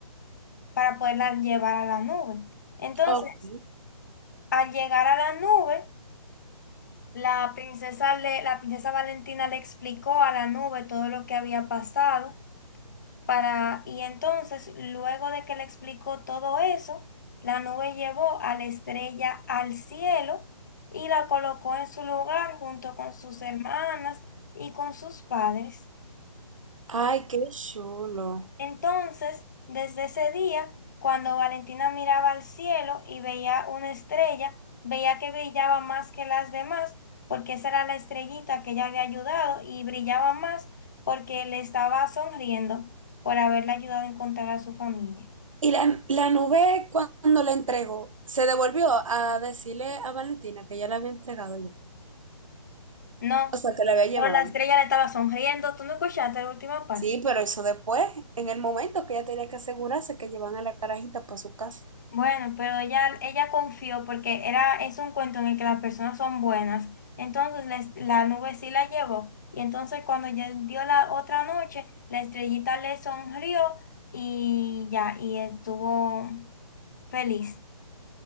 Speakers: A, on the left; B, on the right.
A: para poderla llevar a la nube. Entonces,
B: ok.
A: al llegar a la nube, la princesa le, la princesa Valentina le explicó a la nube todo lo que había pasado Para, y entonces, luego de que le explicó todo eso, la nube llevó a la estrella al cielo y la colocó en su lugar junto con sus hermanas y con sus padres.
B: Ay, qué chulo.
A: Entonces, desde ese día, cuando Valentina miraba al cielo y veía una estrella, veía que brillaba más que las demás, porque esa era la estrellita que ella había ayudado y brillaba más porque le estaba sonriendo por haberle ayudado a encontrar a su familia.
B: Y la, la nube cuando la entregó, se devolvió a decirle a Valentina que ya la había entregado ya.
A: No,
B: O sea, que la había llevado.
A: pero la estrella le estaba sonriendo. ¿Tú no escuchaste la última parte?
B: Sí, pero eso después, en el momento que ella tenía que asegurarse que llevan a la carajita para su casa.
A: Bueno, pero ella, ella confió porque era, es un cuento en el que las personas son buenas. Entonces les- la nube sí la llevó. Y entonces cuando ya dio la otra noche, la estrellita le sonrió y ya, y estuvo feliz.